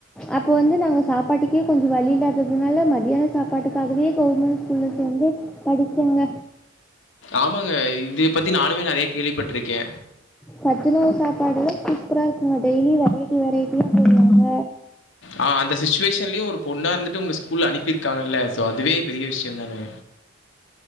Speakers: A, in the centre; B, on the left.
A: அப்ப வந்து நாங்க சாப்பாட்டுக்கே கொஞ்ச வழி இல்லாததுனால மத்தியான சாப்பாட்டுக்காகவே கவுர்மெண்ட் ஸ்கூல்ல சேந்து படிச்சங்க
B: ஆமாங்க இதே பத்தி நானுமே நறைய கேள்விப்பட்ருக்கே
A: சத்துணவு சாப்பாடுலா சூப்ரா இருக்குங்க டெய்லி வெரைட்டி வெரைட்டியா போடுவாங்க
B: ஆ அந்த சுச்சுவேஷன்லயு ஒரு பொண்ணா இருந்துட்டு உங்க ஸ்கூல் அனுப்பியிருக்காங்கல்ல ஸோ அதுவே பெரிய விஷ்ய தானே